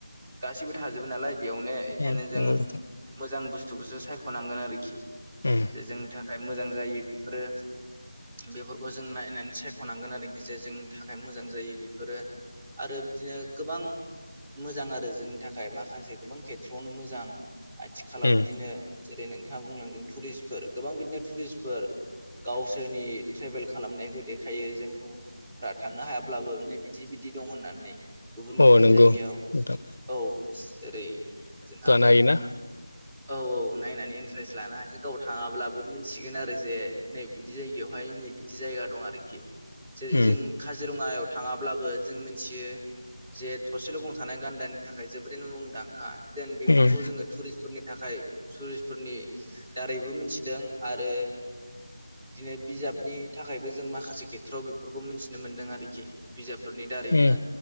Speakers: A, on the right; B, on the left.
A: गासैबो थाजोबो नालाय बेयावनो बेखायनो
B: नंगौ
A: जों
B: नोंथां
A: मोजां बुस्थुखौसो सायख'नांगोन आरोखि।
B: उम
A: जे जोंनि थाखाय मोजां जायो बेफोरो। बेफोरखौ जों नायनानै सायख'नांगोन आरोखि जे जोंनि थाखाय मोजां जायो बेफोरो। आरो बिदिनो गोबां मोजां आरो जों। नि थाखाय माखासे गोबां खेथ्रआवनो मोजां आथिखालाव
B: उम
A: बिदिनो - जेरै नोंथाङा बुंलांदों टुरिस्फोर गोबां बिदिनो टुरिस्टफोर गावसोरनि ट्रेभेल खालामनायखौ देखायो जों गुबुन। थांनो हायाब्लाबो नै बिदि बिदि दं होननानै गुबुन
B: अ
A: गुबुन
B: नंगौ
A: जायगायाव।
B: नोंथां
A: औ ओरै जोंहा
B: हायो ना?
A: औ औ नायनानै इन्टारेस्ट लानो हायो। गाव थाङाब्लाबो मिथिगोन आरो जे नै बिदि जायगायावहाय नै बिदि जायगा दं आरोखि। जेरै
B: उम
A: जों काजिरङायाव थाङाब्लाबो जों मिथियो जे थसेल' गं थानाय गान्दानि थाखाय जोबोरैनो मुंदांखा देन बेफोरखौ
B: उम
A: जोङो टुरिस्टफोरनि थाखाय। टुरिस्फोरनि दारैबो मिथिदों आरो। दिनै बिजाबनि थाखायबो जों माखासे खेथ्रआव बेफोरखौ मिथिनो मोनदों आरोखि बिजाबफोरनि दारैबो।
B: उम